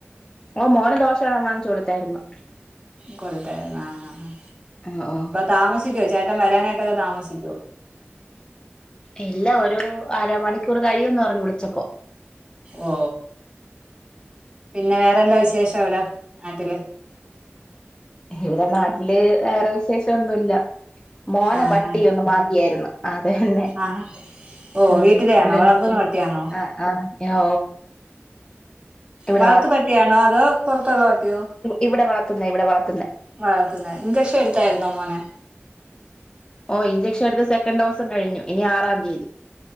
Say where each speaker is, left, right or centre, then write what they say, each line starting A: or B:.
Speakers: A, on the left (about 20°); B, on the right (about 30°).
A: ഓ മോന ദോഷ വാങ്ങിചോടുത്തായിരുന്നു.
B: കൊടുത്തായിരുന്നു ആഹ്.
A: ഓഹോ
B: താമസിക്കോ ചേട്ടൻ വരാനായിട്ടൊക്കെ താമസിക്കോ
A: ഇല്ല ഒരു അര മണിക്കൂർ കഴിയും പറഞ്ഞു വിളിച്ചപ്പോ.
B: ഓ ഹ്പിന്നെ വേറെന്താ വിശേഷം അവിടെ നാട്ടില്.
A: ഇവിടെ നാട്ടില് വേറെ വിശേഷം ഒന്നു ഇല്ല. മോന
B: ആ
A: പട്ടി
B: ആ
A: ഒന്ന് മാന്തിയായിരുന്നു അതന്നെ.
B: ആഹ് ഓ
A: ഉ.
B: വീട്ടിലെയാണോ വളർത്തുന്ന പട്ടിയാണോ
A: ആഹ് ആഹ് ഇവിടെ
B: വളർത്തു പട്ടിയാണോ അതോ പുറത്തുള്ള പട്ടിയോ?
A: ഇഇവിടെ വളർത്തുന്ന ഇവിടെ വളർത്തുന്ന.
B: വളർത്തുന്ന ഇഞ്ചക്ഷൻ എടുത്തായിരുന്നോ മോനെ.
A: ഓ ഇഞ്ചെക്ഷൻ എടുത്ത് സെക്കൻഡ് ഡോസും കഴിഞ്ഞു ഇനി ആറാം തീയതി.